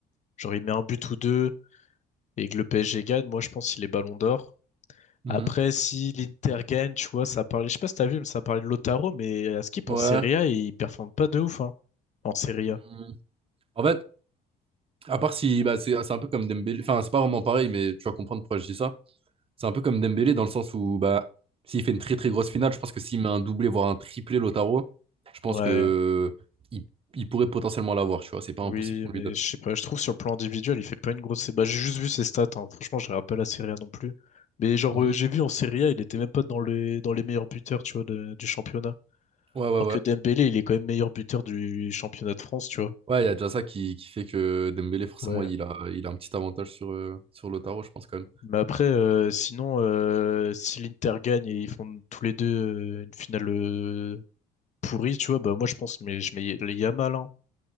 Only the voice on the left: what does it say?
genre, il met un but ou deux, et que le PSG gagne, moi je pense qu'il est ballon d'or.
Après, si l'Inter gagne, tu vois, ça parlait, je sais pas si t'as vu, mais ça parlait de Lautaro, mais à ce qu'il
en Serie A, il performe pas de ouf, hein, en Serie
A.
Ouais,
oui,
mais
je sais pas, je trouve sur le plan individuel, il fait pas une grosse. Bah, j'ai juste vu ses stats, hein. Franchement, je regarde pas la Serie A non plus. Mais genre,
euh, j'ai vu en Serie A, il était même pas dans les, dans les meilleurs buteurs, tu vois, de- du championnat.
Alors
que Dembélé, il est quand même meilleur buteur du championnat de France, tu vois.
Ouais.
Mais après, euh, sinon, euh, si l'Inter gagne et ils font tous les deux euh, une finale euh, pourrie, tu vois, bah moi je pense, mais je mets le Yamal, hein.